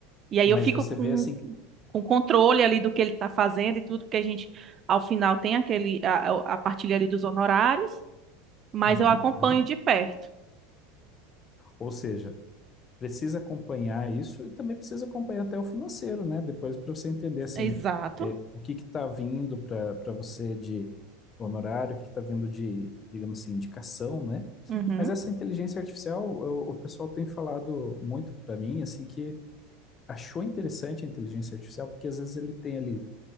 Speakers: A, on the right (about 30°); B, on the left (about 25°).
A: E aí
B: mas
A: eu fico
B: você
A: com,
B: vê assim,
A: com controle ali do que ele está fazendo e tudo, porque a gente, ao final, tem aquele, a, a a partilha ali dos honorários, mas
B: aham,
A: eu acompanho
B: aham.
A: de perto.
B: Ou seja, precisa acompanhar isso e também precisa acompanhar até o financeiro, né? Depois para você entender assim,
A: Exato.
B: é, o que está vindo para para você de honorário, o que está vindo de, digamos assim, indicação, né?
A: Uhum,
B: Mas essa inteligência artificial, eu- o pessoal tem falado muito para mim, assim, que achou interessante a inteligência artificial, porque às vezes ele tem ali